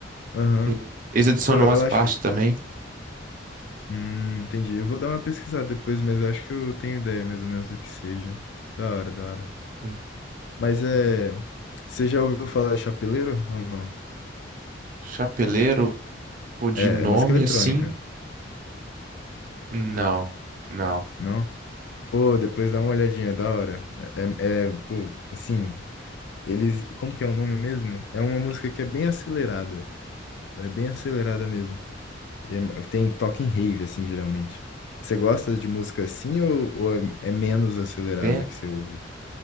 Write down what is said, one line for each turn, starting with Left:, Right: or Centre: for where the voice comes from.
Left: Aham.
Right: Sim. Eles adicionam
Left: Pô, eu
Right: umas partes
Left: acho que
Right: também.
Left: Hum, entendi. Eu vou dar uma pesquisada depois, mas eu acho que eu tenho ideia mais ou menos do que seja. Da hora, da hora.
Right: Sim,
Left: Mas é.
Right: legal.
Left: Você já ouviu falar de chapeleiro ou não?
Right: Chapeleiro, pô, de
Left: É,
Right: nome
Left: é música eletrônica,
Right: assim? Não, não.
Left: não? Pô, depois dá uma olhadinha, da hora. É, é, é, pô, assim, eles. Como que é o nome mesmo? É uma música que é bem acelerada. Ela é bem acelerada mesmo. E é- tem toque em rave, assim, geralmente. Você gosta de música assim ou, ou é, é menos acelerada
Right: Bem,
Left: que você ouve?